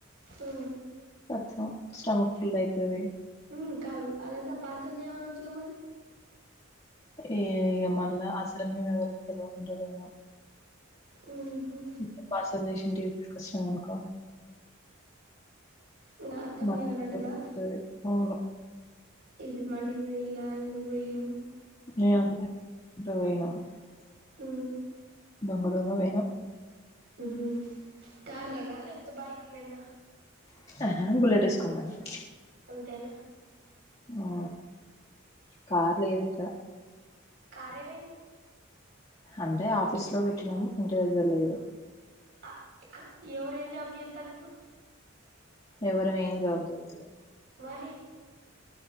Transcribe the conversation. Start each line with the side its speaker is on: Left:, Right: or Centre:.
Right: ఉ
Left: <unintelligible> స్టమక్ ఫుల్ అయితది
Right: ఉమ్ కాదు అదంతా పార్సల్ చేయమనొచ్చుగ మరి
Left: ఏ ఇగ మళ్ళ అసలే మేం ఎవరికి తెల్వకుంట <unintelligible>
Right: ఉహు
Left: <unintelligible> ఇంటికి తీసుకొచ్చినాం అనుకో
Right: ఇంగ అత్తమ్మ
Left: <unintelligible>
Right: ఏమని అంటదా
Left: అవును
Right: ఇది మండికి వేల్ల ఎందుకు పోయిళ్లు
Left: <unintelligible>
Right: ఉ
Left: దొంగ దొంగ గా పోయినం
Right: ఉహు కార్లన లేక్పోతే బైకు మీన్న
Left: <unintelligible>
Right: అంతేన
Left: ఆ కార్ లేదిక్కడ
Right: కారేమై
Left: అంటే ఆఫీస్లో పెట్టినం ఇంటి దగ్గర లేదు
Right: ఆ కాద్ ఎవరేం జాబ్ జేత్తల్లు ఇప్పుడు
Left: ఎవరమేం జాబ్ జేత్తలే
Right: మరి